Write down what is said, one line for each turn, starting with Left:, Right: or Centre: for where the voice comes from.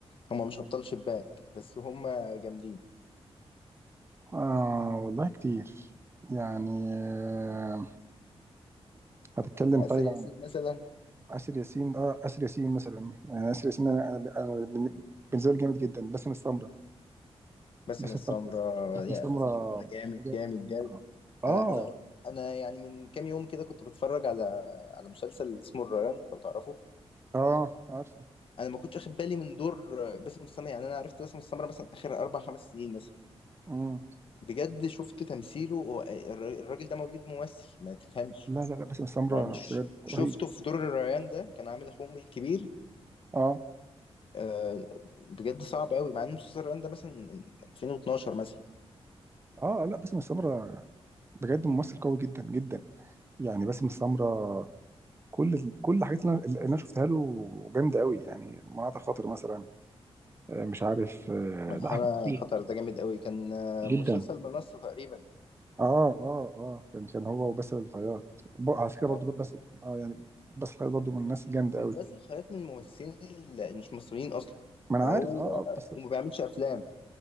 Left: هم مش ابطال شباك بس هم جامدين
Right: آه والله كتير يعني آه هتتكلم
Left: آسر
Right: طيب
Left: ياسين
Right: عن
Left: مثلا
Right: آسر ياسين اه آسر ياسين مثلا آه آسر ياسين أنا أنا- أنا بن- بالنسبة لي جامد جدا باسم السمرة
Left: باسم
Right: باسم
Left: السمرة
Right: السمرة باسم
Left: يا
Right: السمرة
Left: باسم السمرة ده جامد
Right: بجد
Left: جامد جامد
Right: اه
Left: انا انا انا يعني من كام يوم كده كنت بتفرج على على مسلسل اسمه الريان لو تعرفه
Right: اه آه، عارفه
Left: انا ما كنتش واخد بالي من دور باسم السمرة يعني انا عرفت باسم السمرة مثلا اخر اربع خمس سنين مثلا
Right: مم.
Left: بجد شفت تمثيله هو الر- الراجل ده مولود ممثل ما تفهمش
Right: لا لا لا باسم السمرة
Left: يعني ش-
Right: بجد
Left: شفته
Right: رهيب
Left: في دور الريان ده كان عامل اخوه امي الكبير
Right: اه
Left: آه، بجد صعب قوي مع ان مسلسل الريان ده مثلا من 2012 مثلا
Right: اه لا باسم السمرة بجد ممثل قوي جدا جدا يعني باسم السمرة كل كل الحاجات اللي انا اللي أنا شفتها له جامدة قوي يعني مناطق خاطر مثلا مش عارف آه،
Left: انا
Right: لا حاجات كتير
Left: خطر ده جامد قوي كان آه، مسلسل
Right: جدا
Left: منصة تقريبا
Right: اه اه اه كان كان هو وباسل الخياط ب- على فكره برضو
Left: اه
Right: بس اه يعني باسل الخياط برضو من الناس الجامده
Left: عشان
Right: قوي
Left: بس خيط من الممثلين اللي مش مصريين اصلا
Right: ما انا
Left: فهو
Right: عارف اه اه بس
Left: وما بيعملش افلام